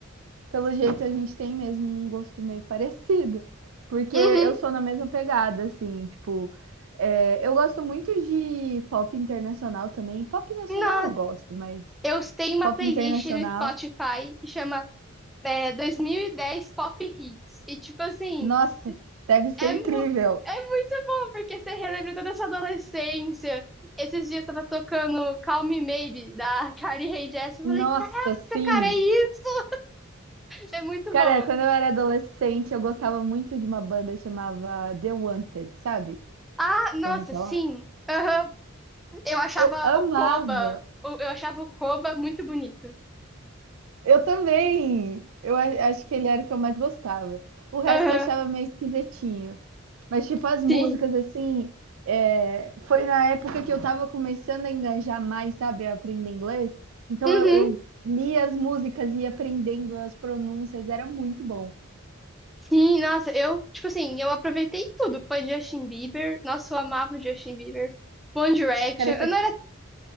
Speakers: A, on the right; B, in the centre.
A: Pelo jeito, a gente tem mesmo um gosto meio parecido, porque
B: Uhum.
A: eu sou na mesma pegada, assim, tipo, eh, eu gosto muito de pop internacional também. Pop nacional
B: Nossa,
A: eu gosto, mas
B: eu tenho uma
A: pop
B: playlist
A: internacional,
B: no Spotify que chama é, 2010 Pop Hits. E, tipo assim,
A: nossa, deve ser
B: é,
A: incrível.
B: mu- é muito bom, porque você relembra toda a sua adolescência. Esses dias tava tocando Call Me Maybe, da <laughs> Carly Rae Jepsen.
A: Nossa,
B: Eu falei, caraca,
A: sim.
B: cara, é isso! É muito
A: Cara,
B: bom.
A: quando eu era adolescente, eu gostava muito de uma banda chamava The Wanted, sabe?
B: Ah, nossa,
A: Já ouviu falar?
B: sim. Aham. Eu achava
A: Eu amava.
B: o Koba, o- eu achava o Koba muito bonito.
A: Eu também. Eu a- acho que ele era o que eu mais gostava. O resto
B: Aham,
A: eu achava meio esquisitinho. Mas, tipo, as músicas,
B: sim.
A: assim, eh, foi na época que eu tava começando a engajar mais, sabe, a aprender inglês. Então,
B: Uhum.
A: eu, eu lia as músicas e ia aprendendo as pronúncias, era muito bom.
B: Sim, nossa, eu, tipo assim, eu aproveitei tudo. Foi Justin Bieber, nossa, eu amava o Justin Bieber. One Direction.
A: Cara, você-
B: Eu não